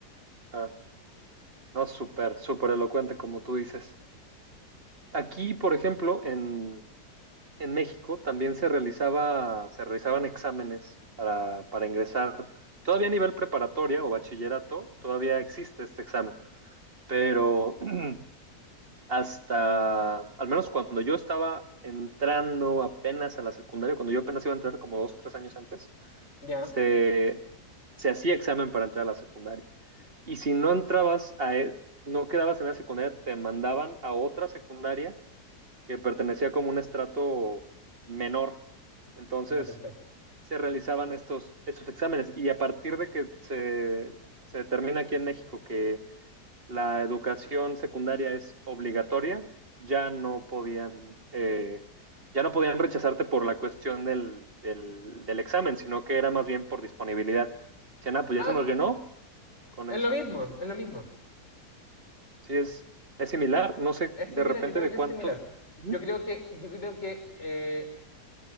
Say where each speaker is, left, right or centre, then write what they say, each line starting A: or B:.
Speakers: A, on the right; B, on the left.
A: claro. No, súper, súper elocuente como tú dices. Aquí, por ejemplo, en, en México también se realizaba, se realizaban exámenes para, para ingresar. Todavía a nivel preparatoria o bachillerato, todavía existe este examen, pero <clears throat> hasta, al menos cuando yo estaba entrando apenas a la secundaria, cuando yo apenas iba a entrar como dos o tres años antes,
B: ¿Ya?
A: se, se hacía examen para entrar a la secundaria. Y si no entrabas a, e- no quedabas en la secundaria, te mandaban a otra secundaria que pertenecía como un estrato menor. Entonces
B: Ya, perfecto.
A: se realizaban estos, estos exámenes y a partir de que se, se determina aquí en México que la educación secundaria es obligatoria, ya no podían, eh, ya no podían rechazarte por la cuestión del, del, del examen, sino que era más bien por disponibilidad. Decían, ah, pues
B: Ah,
A: ya se nos llenó con
B: es
A: eso.
B: lo mismo, es lo mismo.
A: Sí, es, es similar. No sé,
B: Es
A: de
B: similar,
A: repente
B: yo creo
A: de
B: que
A: cuántos.
B: es similar.
A: Ujú,
B: Yo creo que, yo creo que eh,